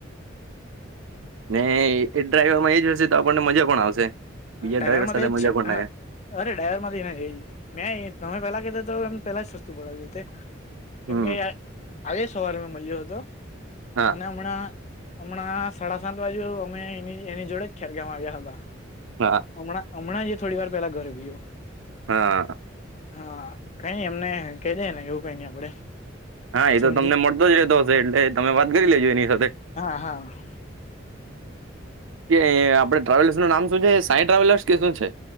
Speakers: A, on the right; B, on the left.
A: ને એ ડ્રાઈવર માં એ જ હશે તો આપણને મજા પણ આવશે બીજા
B: ડ્રાઈવરમાં
A: ડ્રાઈવર સાથે
B: જ
A: મજા
B: છે
A: પણ
B: હ
A: આવે
B: અરે ડ્રાઈવર માંથી મેં તમે પેલા કધ તો એ પેલા જ સસ્તું પડાવ્યુંતે કેમકે
A: હમ
B: આજે સવારે મેં મળ્યો હતો
A: હા
B: અને હમણાં હમણાં સાડા સાત બાજુ અમે એ એની જોડે જ ખેદ ગવા ગયા હતા
A: હા હા
B: હમણાં હમણાં થોડી વાર પેલા ઘરે ગયો
A: હા
B: હા કઈ નઈ એમને ક દે ને એવું કઈ નઈ આપડે
A: હા એ
B: સમજી
A: તો તમને મળતો જ રહેતો હશે એટલે તમે વાત કરી લેજો એની સાથે
B: હા હા
A: કે આપણે ટ્રાવેલ્સ નું નામ શું છે સાં ટ્રાવેલર્સ કે શું છે